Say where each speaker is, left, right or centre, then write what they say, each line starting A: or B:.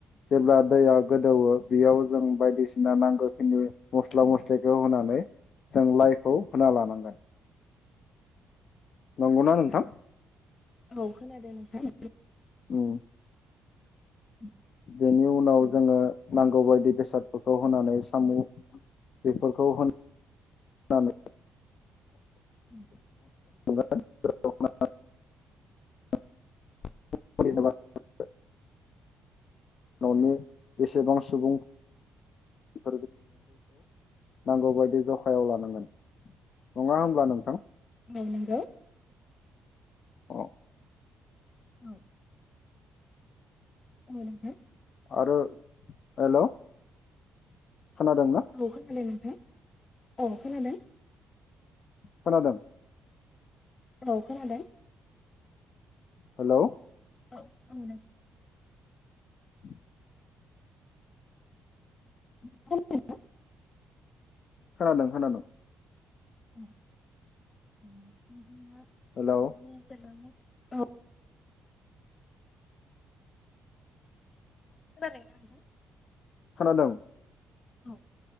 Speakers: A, on the left (about 60°); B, on the left (about 40°).
A: जेब्ला दैया गो गोदौवो बेयाव जों बायदिसिना नांगौखिनि मस्ला मस्लिखौ होनानै जों लाइ खौ होना लानांगोन नंगौना नोंथां?
B: औ खोनादों नोंथां।
A: औ।
B: <inaudible>
A: बेनि उनाव जोङो नांगौ बादि बेसादफोरखौ होनानै साम' बेफोरखौ हो नानै
B: <unintelligible>
A: <inaudible> <inaudible> न'नि बेसेबां सुबुं <inaudible> नांगौ बायदि जखायाव लानांगोन नङा होमब्ला नोंथां।
B: औ नंगौ।
A: अ
B: औ‌। औ नोंथां।
A: आरो हेलौ। खोनादोंना
B: औ खोनादों नोंथां। अ खोनादों।
A: खोनादों
B: औ। खोनादों।
A: हेलौ
B: औ औ
A: <inaudible>
B: <unintelligible>
A: खोनादों खोनादोंं।
B: <inaudible> औ।
A: हेलौ
B: <unintelligible>
A: खोनादोंं।
B: औ